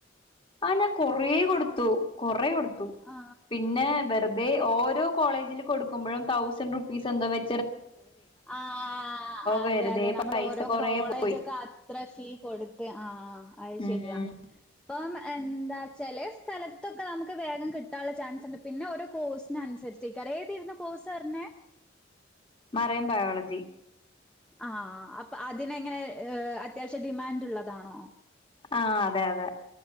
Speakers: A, on the left; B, in the centre.
A: ആഹ് ഞാകൊറെ കൊട്ത്തു കൊറ കൊട്ത്തു
B: ആ
A: പിന്നെവെർതെ ഓരോ കോളേജില്കൊടുക്കുമ്പോഴും തൗസണ്ട്റുപ്പീസ് എന്തോവെർ
B: ആഹ് അതെ,
A: വെറുതെ
B: അതെ ന്നമ്മൾഓരോ
A: പൈസ കൊറേ
B: കോളേജൊക്കെത്ര
A: പോയി
B: ഫീ കൊട്ത്ത് ആഹ് ഐശെരിയാ.
A: ഉം
B: ഇപ്പംഎന്താച്ചെല സ്ഥലത്തൊക്കെ ന്നമ്മക്ക് വേഗംകിട്ടാനുള്ള ചാൻസ്ണ്ട് പിന്നെഓരോ കോഴ്സ്നന്നുസരിച്ച് ച്ചെക്കാരിം ഏതേര്ന്നു കോയ്സ് പറഞ്ഞേ
A: മറയൻബയോളജി.
B: ആഹ് അപ്പൊഅതിനെങ്ങനെ അത്യാവശ്യം ഡിമാൻഡ്ള്ളതാണോ?
A: ആഹ് അതെ, അതെ